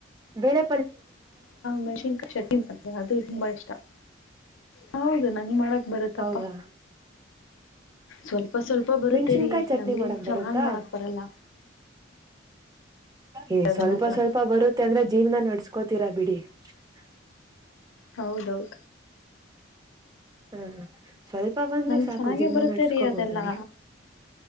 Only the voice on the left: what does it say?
ಮೆಷನ್ ಶಟ್ಟಿನ್ ಮಾಡಡ್ತಾರೆ ಅದು ತುಂಬಾ ಇಷ್ಟ ಹೌದು ನಂಗ ಮಾಡಕ್ ಬರತ್ತಪ್ಪ
ಸ್ವಲ್ಪ ಸ್ವಲ್ಪ ಬರುತ್ತೇರಿ
ನಮ್ಗಿನ್
ಚೆನ್ನಂಗ್
ಮಾಡಕ್ ಬರಲ್ಲ
ಅದು
ಮಾತ್ರ
ಹೌದೌದು
ನಂಗ್
ಚೆನ್ನಾಗೆ
ಬರುತ್ತೆ
ರೀ ಅದೆಲ್ಲಾ